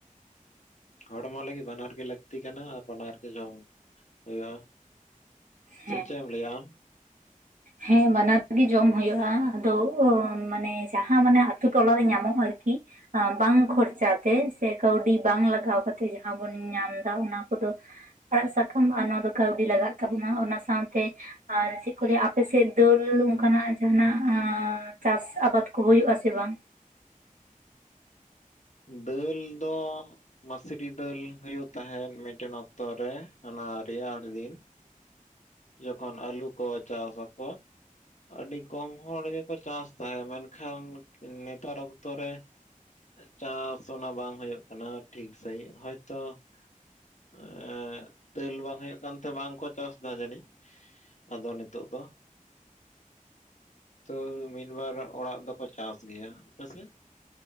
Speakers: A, on the left; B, on the right.
A: ᱦᱚᱲᱢᱚ ᱞᱟᱹᱜᱤᱫ ᱵᱟᱱᱟᱨ ᱜᱮ ᱞᱟᱹᱠᱛᱤ ᱠᱟᱱᱟ। ᱟᱨ ᱵᱟᱱᱟᱨ ᱜᱮ ᱡᱚᱢ ᱼᱼ ᱦᱳᱭᱳᱜᱼᱟ।
B: ᱦᱮᱸ
A: ᱥᱮ ᱪᱮᱜᱼᱮᱢ ᱞᱟᱹᱭᱟ ᱟᱢ?
B: ᱦᱮᱸ ᱵᱟᱱᱟᱨ ᱜᱮ ᱡᱚᱢ ᱦᱳᱭᱳᱜᱼᱟ। ᱟᱫᱚ ᱢᱟᱱᱮ ᱡᱟᱦᱟᱸ ᱢᱟᱱᱮ ᱟᱛᱳ ᱴᱚᱞᱟ ᱨᱮ ᱧᱟᱢᱚᱜᱼᱟ ᱟᱨᱠᱤ। ᱟᱸ ᱵᱟᱝ ᱠᱷᱚᱨᱪᱟ ᱛᱮ। ᱥᱮ ᱠᱟᱹᱣᱰᱤ ᱵᱟᱝ ᱞᱟᱜᱟᱣ ᱠᱟᱛᱮ ᱡᱟᱸᱦᱟ ᱵᱚᱱ ᱧᱟᱢ ᱫᱟ। ᱚᱱᱟ ᱠᱚᱫᱚ ᱼᱼ ᱟᱲᱟᱜ ᱥᱟᱠᱟᱢ ᱚᱱᱟ ᱫᱚ ᱠᱟᱹᱣᱰᱤ ᱞᱟᱜᱟᱜ ᱛᱟᱵᱚᱱᱟ। ᱚᱱᱟ ᱥᱟᱶᱛᱮ ᱟᱨ ᱪᱮᱫ ᱠᱚ ᱞᱟᱹᱭᱟ, ᱟᱯ ᱼᱼ ᱟᱯᱮᱥᱮᱫ ᱫᱟᱹᱞ ᱚᱱᱠᱟ ᱱᱟᱜ ᱡᱟᱦᱟᱱᱟᱜ ᱟᱸ ᱪᱟᱥ ᱟᱵᱟᱫ ᱠᱚ ᱦᱳᱭᱳᱜᱼᱟ ᱥᱮ ᱵᱟᱝ?
A: ᱫᱟᱹᱞ ᱫᱚ ᱼᱼ ᱢᱟᱥᱨᱤ ᱫᱟᱹᱞ ᱦᱳᱭᱳᱜ ᱛᱟᱦᱮᱸᱱ, ᱢᱤᱫᱴᱮᱱ ᱚᱠᱛᱚ ᱨᱮ, ᱚᱱᱟ ᱨᱮᱭᱟᱲ ᱫᱤᱱ। ᱡᱚᱠᱷᱚᱱ ᱟᱹᱞᱩ ᱠᱚ ᱪᱟᱥ ᱟᱠᱚ। ᱟᱹᱰᱤ ᱠᱚᱢ ᱦᱚᱲ ᱜᱮᱠᱚ ᱪᱟᱥ ᱛᱟᱦᱮ, ᱢᱮᱱᱠᱷᱟᱱ ᱱᱮᱛᱟᱨ ᱚᱠᱛᱚ ᱨᱮ ᱼᱼ ᱪᱟᱥ ᱚᱱᱟ ᱵᱟᱝ ᱦᱳᱭᱳᱜ ᱠᱟᱱᱟ, ᱴᱷᱤᱠ ᱥᱟᱺᱦᱤᱡ। ᱦᱚᱭᱛᱚ ᱼᱼ ᱮᱸᱻ ᱫᱟᱹᱞ ᱵᱟᱝ ᱦᱳᱭᱳᱜ ᱠᱟᱱᱛᱮ, ᱵᱟᱝᱠᱚ ᱪᱟᱥ ᱼᱼ ᱫᱟ ᱡᱟᱹᱱᱤᱡ। ᱟᱫᱚ ᱱᱤᱛᱚᱜ ᱫᱚ ᱼᱼ ᱛᱚ ᱢᱤᱫ ᱵᱟᱨ ᱚᱲᱟᱜ ᱫᱚᱠᱚ ᱪᱟᱥ ᱜᱮᱭᱟ। ᱟᱯᱮᱥᱮᱫ?